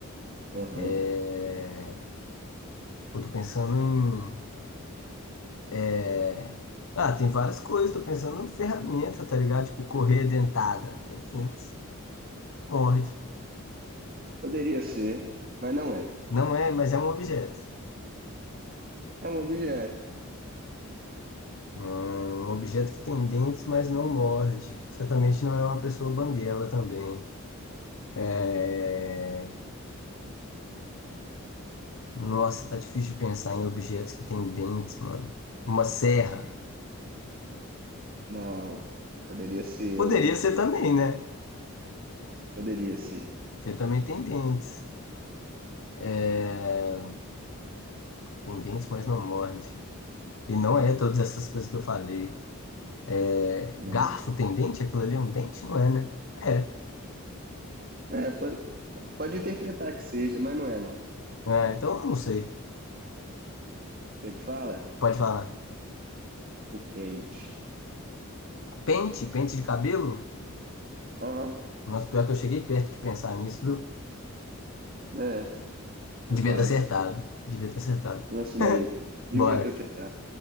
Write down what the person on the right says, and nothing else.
Aham.
Poderia ser, mas não é.
É um objeto.
Não. Poderia ser,
é um mão chute.
Poderia ser.
Não.
É, pode, pode interpretar que seja, mas não é, não. O
que que fala?
O pente.
Aham.
É, tô
quase.
Lança uma aí. Devia
ter acertado.